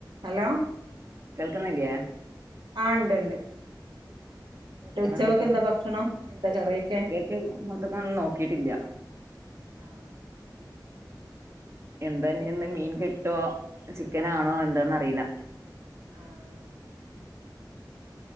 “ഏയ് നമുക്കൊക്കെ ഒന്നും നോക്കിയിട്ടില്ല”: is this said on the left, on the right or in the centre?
Right